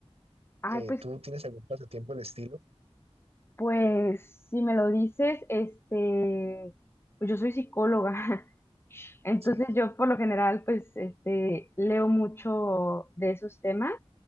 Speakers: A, on the left; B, on the right.
A: Ay,
B: Eh,
A: pues
B: ¿tú tienes algún pasatiempo del estilo?
A: Pues si me lo dices, este, pues yo soy psicóloga, <laughs> entonces
B: Sí,
A: yo por lo general pues este, leo mucho de esos temas